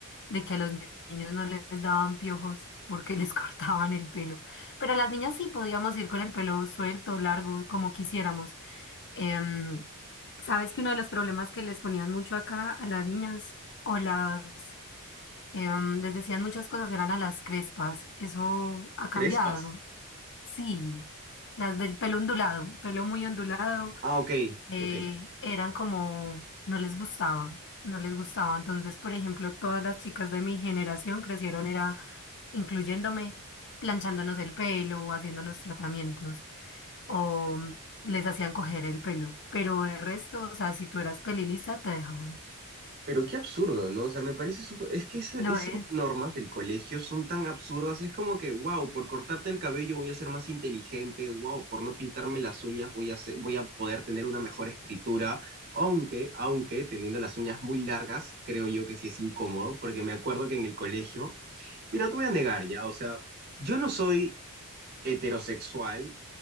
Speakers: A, on the left; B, on the right.
A: de que a los ni- niños no les daban piojos porque les <laughs> cortaban el pelo. Pero a las niñas sí podíamos ir con el pelo suelto, largo, como quisiéramos. Em, Sabes que uno de los problemas que les ponían mucho acá a las niñas o las Em, les decían muchas cosas, eran a las crespas. Eso ha cambiado.
B: Crespas.
A: Sí, las del pelo ondulado, pelo muy ondulado,
B: Ah, ok,
A: eh,
B: ok.
A: eran como, no les gustaba, no les gustaba. Entonces, por ejemplo, todas las chicas de mi generación crecieron, era incluyéndome, planchándonos el pelo, o haciéndonos tratamientos, o les hacían coger el pelo. Pero el resto, o sea, si tú eras pelilisa, te dejaban.
B: Pero qué absurdo, ¿no? O sea, me parece súper... Es que esa-
A: lo
B: esas
A: es,
B: normas del colegio son tan absurdas. Es como que, wow, por cortarte el cabello voy a ser más inteligente. Wow, por no pintarme las uñas voy a ser- voy a poder tener una mejor escritura. Aunque, aunque, teniendo las uñas muy largas, creo yo que sí es incómodo, porque me acuerdo que en el colegio... Mira, no te voy a negar ya, o sea, yo no soy heterosexual,